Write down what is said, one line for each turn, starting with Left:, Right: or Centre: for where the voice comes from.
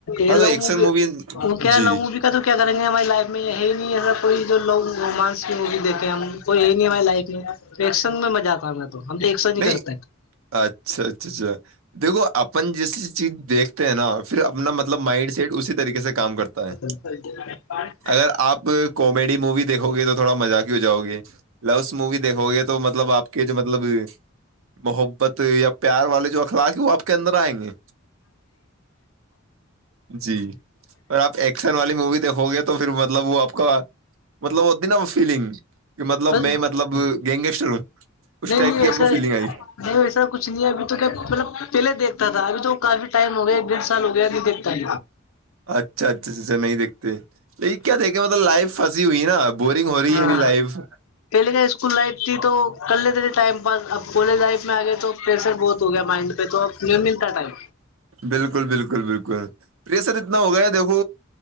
Left: یہ
Right: ہاں
Left: ل
Right: تو ایکشن
Left: بھی
Right: مووی
Left: وہ کیا
Right: جی
Left: لوں بھی تو کیا کریں گے ہماری لائف میں ہے ہی نہیںا کوئی جو لوگ رومان می دیکھیں ہم کوئی یہ نہیں ہمے لائ میں ایکشن میں مزہ آتا ہے ن تو ہم تو ایکشن ہی
Right: نہیں
Left: کرتے
Right: اچھا اچھا اچھا دیکھو اپن جیس چیز دیکھ ہیں نا پھر اپنا مطلب مائنڈ سیٹ اسی طریقے سے کام کرتا ہے
Left: <unintelligible>
Right: اگر آپ کومیڈی مووی دیکو گے تو تھوڑا مزاہ کی ہو جاؤ گے لوس موی دیکھو گے تو مطلب آپ جو مطلب محبت یا پیار والے جو اخلاق وہ آپ کے اندر آئیں گے جی اور آپ ایکشن والی مووی دیکھو گے تو پھر مطلب وہ آپ کا مطلب وہ ہوتی ہے نا فیلنگ کہ مطلب
Left: بس
Right: میں مطلب گیینگیگسٹر ہوں اس
Left: نہیں
Right: ٹائپ
Left: نہیں
Right: کی
Left: ایسے
Right: آپ کو فیلنگ آئی
Left: نہیں ویسا کچھ نہیں ہے ابھی تو کیا مطلب پہلے دیکھتا تھا ابھی تو کافی ٹائم ہو گیا ایک ڈڑھ سال ہو گیا نہیں دیکتاب
Right: اچھا اچھا اچ اچھا نہیں دیکھتے ل یہ کیا دیکھے مطلب لائف پنسی ہوئی نا اب بورورنگ ہو رہی
Left: ہاں
Right: ہےب لائف
Left: پہلے کا اسکول لائف تھی تو کر لیتے تھے ٹائم پاس اب کالج لائف اس میں آ گیا تو پریسر بہت ہو گیا مائنڈ پہ تو ملتا ٹائم
Right: بالکل بالکل بالکل پریسر اتنا ہو گیا ہے دیکھو